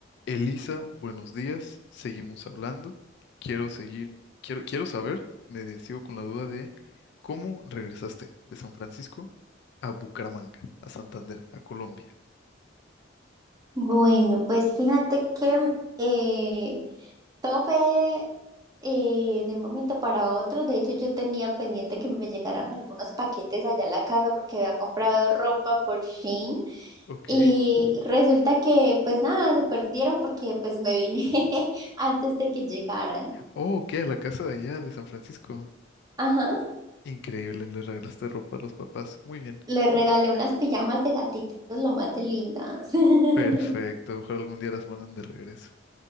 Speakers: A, on the left; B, on the right.
A: Elisa, buenos días. Seguimos hablando. Quiero seguir, quiero, quiero saber, me de- sigo con la duda de cómo regresaste de San Francisco a Bucaramanga, a Santander, a Colombia.
B: Bueno, pues fíjate que eh, todo fue eh, de un momento para otro. De hecho, yo tenía pendiente que me llegaran algunos paquetes allá a la casa porque había comprado ropa por Shein
A: Ok.
B: y Ujú. resulta que pues nada, se perdieron porque pues me vine <laughs> antes de que llegaran.
A: Oh, ok, a la casa de allá de San Francisco.
B: Ajá,
A: Increíble, le regalaste ropa a los papás. Muy bien.
B: le regalé unas pijamas de gatitos lo más de lindas. <laughs>
A: Perfecto. Ojalá algún día las manden de regreso.